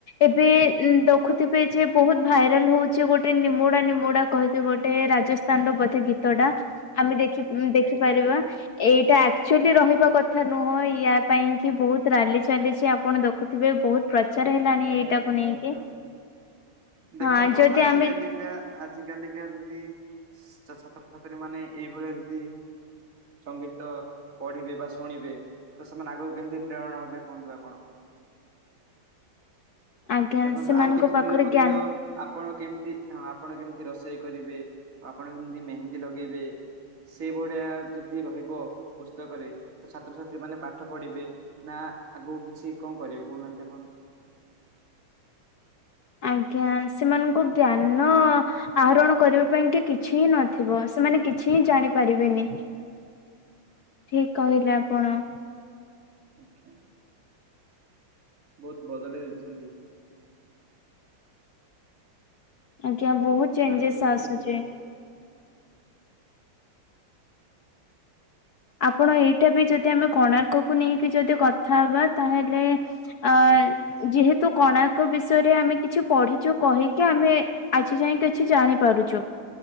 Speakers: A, on the left (about 60°); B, on the right (about 40°).
A: ଏବେ ଦେଖୁଥିବେ ଯେ ବହୁତ ଭାଇରାଲ ହଉଛି ଗୋଟେ ନିମୁଡା ନିମୁଡା କହିକି ଗୋଟେ ରାଜ ସ୍ଥାନ ର ବୋଧେ ଗୀତ
B: ଆଚ୍ଛା।
A: ଟା ଆମେ ଦେଖି ଦେଖିପାରିବା
B: ଆଜ୍ଞା ଆଜ୍ଞା
A: ଏଇଟା ଆକ୍ଚୁଲି ରହିବା କଥା ନୁହଁ ୟା ପାଇଁ କି ବହୁତ ରାଲି ଚାଲିଛି ଆପଣ ଦେ ଦେଖୁଥିବେ ବହୁତ ପ୍ରଚାର ହେଲାଣି
B: ନିହାତି
A: ଏଇଟାକୁ
B: ନିହାତି
A: ନେଇକି।
B: ଭାବେ ଦେଖନ୍ତୁ
A: ହଁ ଯଦି
B: ଆଜି
A: ଆମେ
B: କାଲିକା ଆଜି କାଲିକା ଯଦି ଛାତ୍ରଛାତ୍ରୀ ମାନେ ଏଇଭଳିଆ ଯଦି ସଙ୍ଗୀତ ପଢିବେ ବା ଶୁଣିବେ ତ ସେମାନେ ଆଗକୁ କେମିତି ପ୍ରେରଣା ହବେ କୁହନ୍ତୁ ଆପଣ
A: ଆଜ୍ଞା
B: ଦେଖନ୍ତୁ
A: ସେମାନଙ୍କ
B: ଆଉ ଦେଖିଥିବେ
A: ପାଖରେ
B: ମଧ୍ୟ
A: ଜ୍ଞାନ
B: ଆପଣ କେମିତି ହଁ ଆପଣ କେମିତି ରୋଷେଇ କରିବେ ଆପଣ ଯେମିତି ମେହେନ୍ଦୀ ଲଗେଇବେ ସେ ଭଳିଆ ଯଦି ରହିବ ପୁସ୍ତକରେ ତ ଛାତ୍ରଛାତ୍ରୀ ମାନେ ପାଠ ପଢିବେ ନା ନା ଆଗକୁ କିଛି କଣ କରିବି କହୁନାହାନ୍ତି ଆପଣ?
A: ହ ଆଜ୍ଞା ସେମାନଙ୍କୁ ଜ୍ଞାନ ଆହରଣ କରିବା ପାଇଁ କି କିଛି ହିଁ ନଥିବ। ସେମାନେ କିଛି କିଛି ଜାଣିପାରିବେନି। ଠିକ କହିଲେ ଆପଣ।
B: ସେଠି ବହୁତ ବଦଳେଇ ଦେଇଛନ୍ତି।
A: ଆଜ୍ଞା ବହୁତ ଚେଞ୍ଜେସ୍
B: ତାପରେ ତ ଦେଖିଥିବେ
A: ଆସୁଛି। ଆପଣ ଏଇଟା ବି ଯଦି ଆମେ କୋଣାର୍କକୁ ନେଇକି ଯଦି କଥା ହବା ତାହେଲେ ଅ ଆ ଯେହେତୁ କୋଣାର୍କ ବିଷୟରେ ଆମେ କିଛି ପଢିଛୁ କହିକି ଆମେ ଆଜି ଯାଇ କି ଜାଣି ପାରୁଛୁ